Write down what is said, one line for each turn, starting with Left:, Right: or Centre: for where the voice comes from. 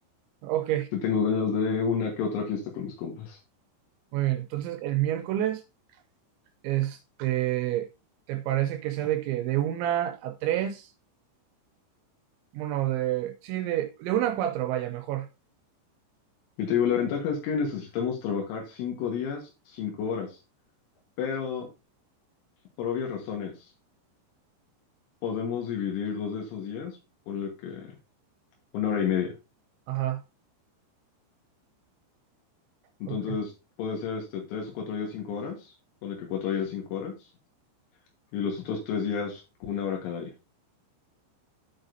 Right: Ok,
Left: te tengo ganas de una que otra fiesta con mis compas.
Right: muy bien. Entonces, el miércoles, este, ¿te parece que sea de que de una a tres Bueno, de, sí, de, de una a 4 vaya, mejor.
Left: Yo te digo, la ventaja es que necesitamos trabajar cinco días, cinco horas, pero por obvias razones podemos dividir dos de esos días, ponle que una hora y media.
Right: Ajá,
Left: Entonces
Right: ok,
Left: puede ser este tres o cuatro días, cinco horas, ponle que cuatro días, cinco horas, y los otros tres días, una hora cada día.